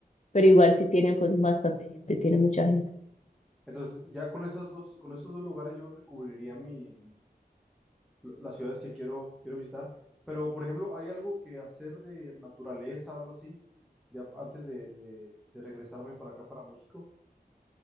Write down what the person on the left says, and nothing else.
pero igual si tienen pues bastante gente, tiene mucha gente.